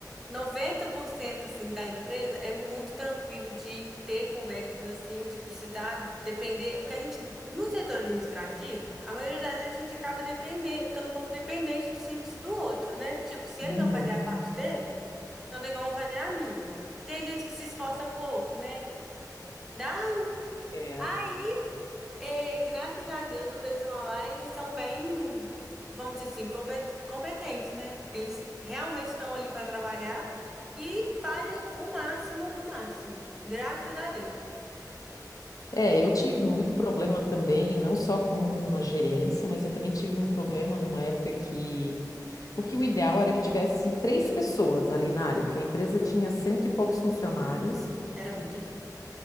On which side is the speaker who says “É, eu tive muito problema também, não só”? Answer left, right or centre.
Left